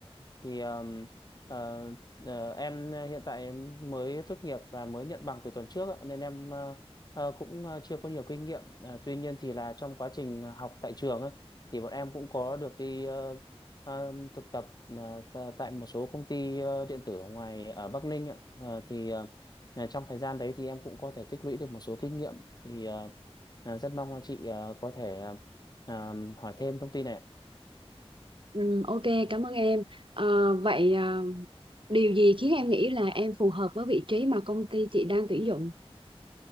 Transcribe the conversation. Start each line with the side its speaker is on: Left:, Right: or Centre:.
Left: thì um, ờ, ờ, em ờ, hiện tại em mới tốt nghiệp và mới nhận bằng từ tuần trước ạ, nên em ờ, ờ, cũng ờ, chưa có nhiều kinh nghiệm Ờ, tuy nhiên thì là trong quá trình học tại trường á, thì bọn em cũng có được đi ờ, ờ, thực tập ờ, t- tại một số công ty ờ, điện tử ở ngoài ở Bắc Ninh ạ. Ờ, thì ờ, là trong thời gian đấy thì em cũng có thể tích lũy được một số kinh nghiệm thì ờ, ờ, rất mong là chị ờ, có thể ờ, ờ, hỏi thêm thông tin này ạ.
Right: Ừm, ok, cảm ơn em. Ờ, vậy ờ, điều gì khiến em nghĩ là em phù hợp với vị trí mà công ty chị đang tuyển dụng